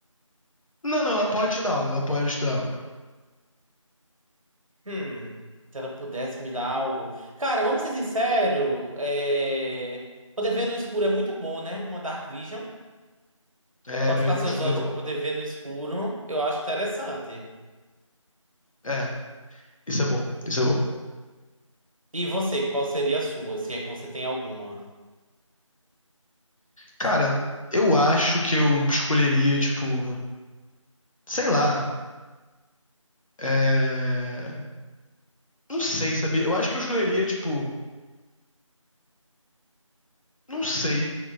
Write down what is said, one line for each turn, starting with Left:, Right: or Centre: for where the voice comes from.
Left: Não, não, ela pode te dar algo, ela pode te dar algo.
Right: Hum, se ela pudesse me dar algo. Cara, vamos ser sinceros, é... poder ver no escuro é muito bom, né? Uma Dark Vision.
Left: É,
Right: Pode
Left: poder
Right: ficar
Left: ver
Right: seus
Left: no escuro
Right: olhos
Left: é bom.
Right: para poder ver no escuro, eu acho interessante.
Left: É, isso é bom, isso é bom.
Right: E você, qual seria a sua, se é que você tem alguma?
Left: Cara, eu acho que eu escolheria, tipo, sei lá, é... Não sei, sabia? Eu acho que eu escolheria, tipo, não sei.